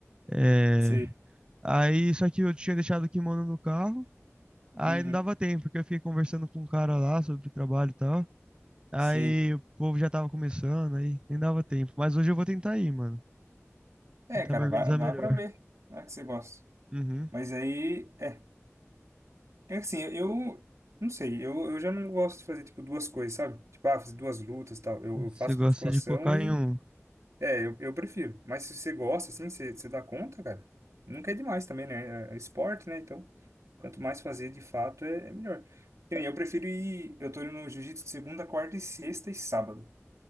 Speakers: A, on the right (about 20°); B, on the right (about 80°).
A: É,
B: Sim.
A: aí só que eu tinha deixado o kimono no carro, aí
B: Uhum,
A: não dava tempo, porque eu fiquei conversando com um cara lá sobre trabalho e tal. Aí
B: sei.
A: o povo já tava começando, aí nem dava tempo. Mas hoje eu vou tentar ir, mano.
B: É,
A: Tentar
B: cara,
A: me organizar
B: vai, vai
A: melhor.
B: pra ver. Vai que você gosta.
A: Uhum.
B: Mas aí, é, é assim, eu, não sei, eu, eu já não gosto de fazer, tipo, duas coisas, sabe? Tipo, ah, fazer duas lutas e tal. Eu, eu
A: Você
B: faço
A: gosta
B: musculação
A: de focar
B: e,
A: em um.
B: é, eu, eu prefiro. Mas se você gosta, assim, você, você dá conta, cara, nunca é demais também, né? É, é esporte, né? Então, quanto mais fazer, de fato, é, é melhor. Que nem Eu prefiro ir, eu tô indo no jiu-jitsu de segunda, quarta e sexta e sábado